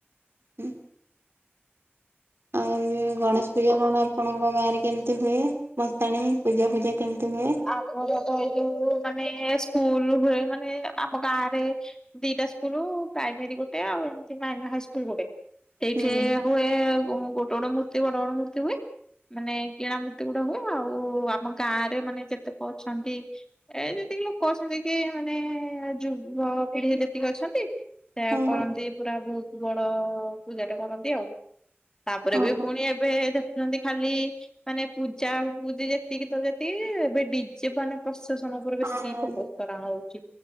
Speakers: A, on the right (about 70°); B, on the left (about 15°).
A: ହୁଁ ଏଇ ଗଣେଶ ପୂଜା କଣ ଆପଣଙ୍କ ଗାଁ ରେ କେମିତି ହୁଏ ଭସାଣୀ ପୂଜା ଫୂଜା କେମିତି ହୁଏ?
B: ଆମ ଏଇ ଯୋଉ ମାନେ ସ୍କୁଲ ହୁଏ ମାନେ ଆମ ଗାଁ ରେ ଦିଟା ସ୍କୁଲ ପ୍ରାଇମେରୀ ଗୋଟେ ଆଉ ଏମ ମ ହାଇସ୍କୁଲ ଗୋଟେ ସେଇଠି
A: ହୁଁ
B: ହୁଏ ଗୋ ପୋଟୋଡ ମୂର୍ତ୍ତି ବଡ ବଡ ମୂର୍ତ୍ତି ହୁଏ ମାନେ କିଣା ମୂର୍ତ୍ତି ଗୁଡା ହୁଏ ଆଉ ଆମ ଗାଁରେ ମାନେ ଯେତେ କହୁଛନ୍ତି। ଏ ଯେତିକି ଲୋକ ଅଛନ୍ତି କି ମାନେ ଯୁବପିଢି ଯେତିକି ଅଛନ୍ତି। ସେ
A: ହଁ
B: କରନ୍ତି ପୁରା ବହୁତ ବଡ଼ ପୂଜାଟେ କରନ୍ତି ଆଉ। ତାପରେ
A: ଓହୋ
B: ବି ପୁଣି ଏବେ ଦେଖୁଛନ୍ତି ଖାଲି ମାନେ ପୂଜା ପୂଜି ଯେତିକି ତ ସେତିକି ଏବ୍ ଡିଜେ ମାନେ ପ୍ରଶାସନ ଉପରେ
A: ହଁ
B: ବେଶୀ ଫୋକସ କରାହଉଛି।